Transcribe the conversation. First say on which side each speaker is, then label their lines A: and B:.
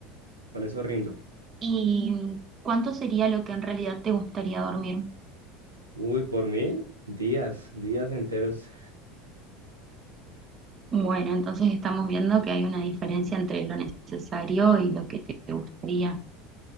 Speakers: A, on the right (about 85°); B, on the right (about 30°).
A: Con eso rindo.
B: ¿Y cuánto sería lo que en realidad te gustaría dormir?
A: Uy, por mí, días, días enteros.
B: Bueno, entonces estamos viendo que hay una diferencia entre lo necesario y lo que te gustaría.